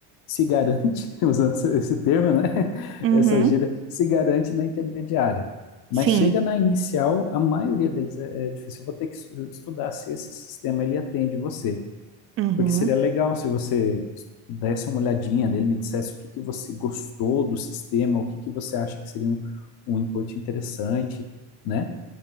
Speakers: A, on the left (about 55°); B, on the right (about 30°).
A: se garante, <laughs> usando esse termo, né?
B: uhum,
A: Essa gíria, se garante na intermediária. Mas
B: sim,
A: chega na inicial, a maioria deles é, é difícil. Eu vou ter que estudar se esse sistema ele atende você.
B: uhum,
A: Porque seria legal se você desse uma olhadinha nele, me dissesse o que que você gostou do sistema, o que que você acha que seria um, um input interessante, né?